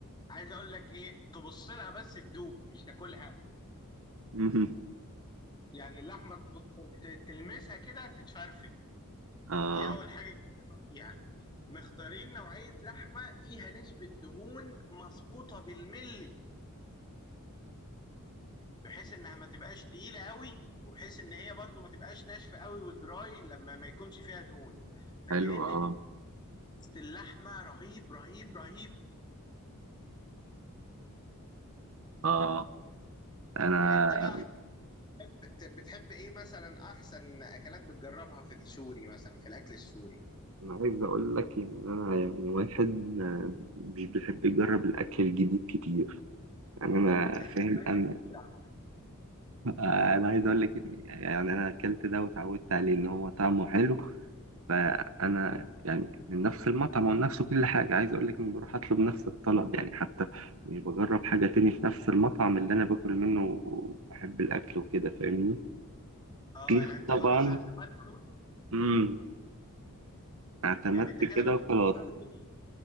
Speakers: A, on the left (about 20°); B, on the right (about 65°).
A: عايز اقول لك ايه تبص لها بس تدوب مش تاكلها
B: <laughs>
A: يعني اللحمه تب- ت- تلمسها كده تتفرفت
B: اه
A: دي اول حاجه كانت حلوه فيها مختارين نوعيه لحمه فيها نسبه دهون مظبوطه بالملي بحيث انها ما تبقاش تقيله قوي وبحيث ان هي برضو ما تبقاش ناشفه قوي ودراي لما ما يكونش فيها دهون فكانت
B: حلو اه
A: اللحمه رهيب رهيب رهيب
B: اه انا
A: انت بقى بت- بتحب ايه مثلا احسن اكلات بتجربها في السوري مثلا في الاكل السوري
B: انا عايز اقول لك ان انا يعني واحد ما مش بيحب يجرب الاكل الجديد كتير يعني انا
A: ده
B: فاهم
A: انت فايتك
B: انا
A: كتير على
B: آه، انا عايز اقول لك ان يعني انا اكلت ده واتعودت عليه ان هو طعمه حلو فانا يعني من نفس المطعم ونفس كل حاجه عايز اقول لك اني بروح اطلب نفس الطلب يعني حتى مش بجرب حاجه تاني في نفس المطعم اللي انا باكل منه وبحب الاكل وكده فاهمني
A: فكرة. اه
B: كتير
A: يعني انت
B: طبعا
A: خلاص اعتمدته
B: امم اعتمدت
A: يعني انت كده
B: كده
A: بتحط
B: وخلاص
A: بره بالجديد